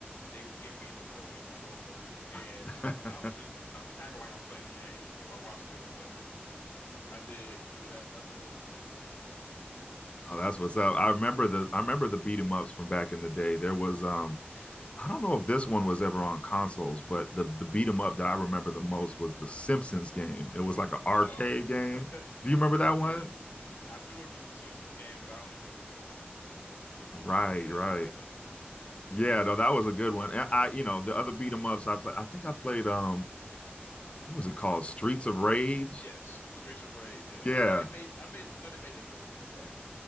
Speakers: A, on the left; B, on the left.
A: they would give me the broken controller, and
B: <laughs> oh,
A: <laughs> I'm just I'm just acting like I'm playing the game while watching them. But <laughs> I did, yeah, that that, that was a pretty good game though.
B: that's what's up. I remember the I remember the beat 'em ups from back in the day. There was um I don't know if this one was ever on consoles, but the the beat 'em up that I remember the most was the Simpsons game. It was like an arcade
A: Oh,
B: game. Do you remember
A: <laughs>
B: that
A: yes,
B: one?
A: I do remember the Simpsons game, but I only remember from arcades as well.
B: Right,
A: But yeah,
B: right.
A: I, I like that one.
B: Yeah, no, that was a good one. And I, you know, the other beat 'em ups I played, I think I played um, what was it called? Streets of Rage.
A: Yes, Streets of Rage. Yes,
B: Yeah,
A: I know they made. I made. No, they made a new one of that.